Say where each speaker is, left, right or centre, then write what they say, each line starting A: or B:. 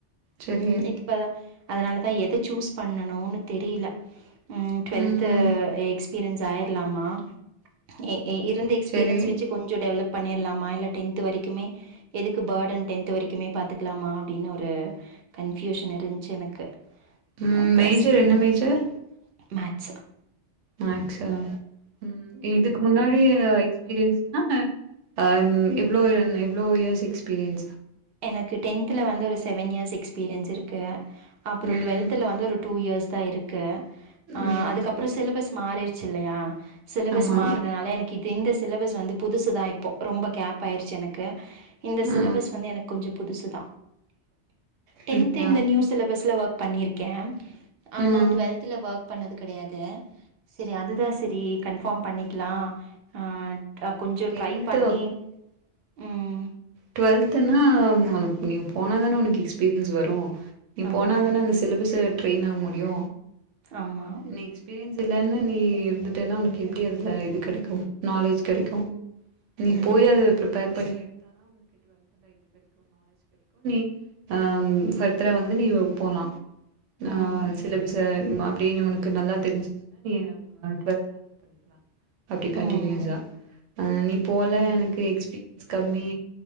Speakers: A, on the right (about 85°); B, on the right (about 60°).
A: செரி
B: இப்பதா அதனாலதா எத சூஸ் பண்ணனுன்னு தெரியில ம் டுவெல்து
A: ம்
B: எக்ஸ்பீரியன்ஸ் ஆயிடலாமா எ எ இ இந்த எக்பீரியன்ஸ்
A: சரி
B: வெச்சு கொஞ்சொ டெவலப் பண்ணிட்லாமா இல்ல டென்த்து வரைக்குமே எதுக்கு பேர்டன் டென்த்து வரைக்குமே பாத்துக்குலாமா அப்டின்னு ஒரு கன்ஃபியூஷன் இருந்ச்சு எனக்கு
A: ம்
B: அதா
A: மேஜர்
B: செரி
A: என்ன
B: உங்கிட்ட
A: மேஜர்
B: மேக்ஸ்
A: மேக்ஸ்ஸா ம் இதுக்கு முன்னாடி எக்ஸ்பீரியன்ஸ்னா ஆம் இவ்ளோ இவ்ளோ இயர்ஸ் எக்ஸ்பீரியன்ஸா
B: எனக்கு டென்த்துல வந்து ஒரு செவன் இயர்ஸ் எக்ஸ்பீரியன்ஸ் இருக்கு அப்புறோ
A: ம்
B: டுவெல்த்துல வந்து ஒரு டூ இயர்ஸ் தா இருக்கு ஆ
A: ம்
B: அதுக்கு
A: சரி
B: அப்புறோ சிலபஸ் மாறிச்சு இல்லயா சிலபஸ்
A: ஆமா
B: மாறுனனால எனக்கு இது இந்த சிலபஸ் வந்து புதுசுதா இப்போ ரொம்ப கேப் ஆயிருச்சு எனக்கு இந்த
A: ஆ
B: சிலபஸ் வந்து எனக் புதுசுதா டென்த்து
A: அப்டியா
B: இந்த நியூ சிலபஸ்ல ஓர்க் பண்ணிருக்கே ஆனா
A: ஆ
B: டுவெல்த்துல ஒர்க் பண்ணது கெடையாது செரி அதுதா செரி கன்ஃபார்ம் பண்ணிக்லா ஆ அ கொஞ்சொ
A: டென்த்து
B: ட்ரை பண்ணி ம்
A: டு்வெல்துன்னா உனக்கு நீ போனா தானே உனக்கு எக்ஸ்பீரியன்ஸ் வரு நீ
B: ஆமா,
A: போன தானே அந்த சிலபஸ் ட்ரைன் ஆக முடியு
B: ஆமா.
A: நீ எக்ஸ் பீரியன்ஸ் இல்லன்னு நீ இருந்துட்டேன்னா உனக்கு அதுல இது கெடைக்கு நாலெட்ஜ் கெடைக்கு நீ
B: ம்.
A: போய் அது ப்ரிப்பேர் பண்ணி எடு த்தா உனக்கு டுவெல்த்துல எடுக்கறக்கு நாலேஜ் கெடைக்கு நீ ஆ ஃபர்தரா வந்து நீ போலா ஆ
B: ம்.
A: சிலபஸ அப்டின்னு உனக்கு நல்லா தெரிஞ்சுச்சுன்னா நீ டுவெல்த் ஹாண் பண்ணிக்லா அப்டி
B: ம்.
A: ஆ நீ
B: ம்
A: எனக்கு எக்ஸ் பீரியன்ஸ் கம்மி